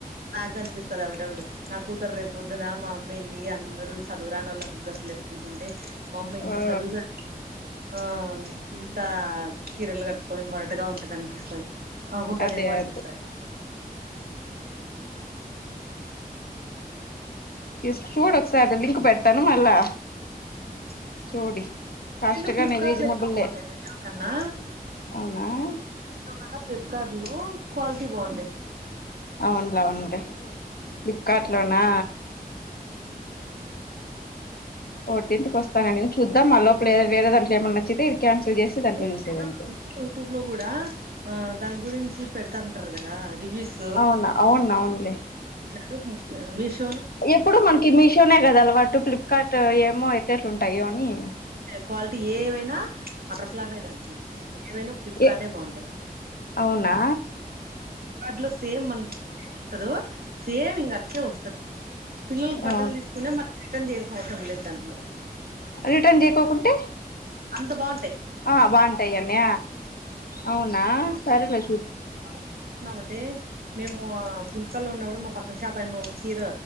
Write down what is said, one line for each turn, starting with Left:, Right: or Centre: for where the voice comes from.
Right: నాకు కనిపిస్తుంది అవుడవుడు నా కూతురు రేపు పొద్దున మా అమ్మయి ఏంది అందరూ చదువురాని వాళ్ళందూ సుకుంటుంటే మా అమ్మ ఇంత
Left: ఆ
Right: చదువుదు ఆ ఇంత కీరలు కట్టుకొని మొరటగా ఉంటది అనిపిస్తుంది అకుంటదేమో
Left: అదే
Right: అనిపిస్తాయి
Left: అదే జస్ట్ చూడు ఒకసారి లింక్ పెడతాను మళ్ళా
Right: హ్మ్
Left: చూడి కాస్ట్
Right: నేను ఫ్లిప్కార్ట్
Left: గానే రీజనబుల్లే
Right: లో ఇంకా బాగుంటాయి మిషో కన్నా
Left: అవునా
Right: మిషో క ఫ్లిప్కార్ట్ లో క్వాలిటీ బాగుంటాయి
Left: అవును అవునులే ఫ్లిప్కార్ట్ లోనా ఫోర్తికి వస్తానం నేను చూద్దాం మా లోపల వేరే దాంట్ ఏమన్నా నచ్చితే క్యాన్సిల్ చేసి
Right: <unintelligible>
Left: దాంట్లో చూసేది అంతే
Right: యూట్యూబ్ లో కూడా ఆ దాని గురించి పెడతాంటారు కదా రివీస్
Left: అవునా అవును అవునులే
Right: <unintelligible>
Left: ఎప్పుడు మనకి మీషోనే కదా అలవాటు ఫ్లిప్కార్ట్ ఏమో ఎయితేట్లు ఉంటాయో అని
Right: క్వాలిటీ ఏవైనా అత్తెరఫాల్ట్ ఏ దాంట్లో ఏవైనా ఫ్లిప్కార్టే
Left: ఏ
Right: బాగుంటాయి
Left: అవునా
Right: వాటిలో సేమ్ మన ఉంటందో సేమ్ ఇంగా అట్లే వస్తది పిల్లలకి బట్టలు
Left: అవును
Right: తీసుకునే మళ్ళీ రిటర్న్ చేయయాల్సిన అవసరం లేదు దాంట్లో
Left: రిటర్న్ చేయకోకుంటే
Right: అంత బాగుం
Left: ఆ బాగుంటాయి అన్న అవునా సరే లే
Right: వాళ్లకు కుందామండి మేము ఆ గుంటకల్లో ఉన్నప్పుడు మా పక్కన షాప్ యమ్మ ఓ చీర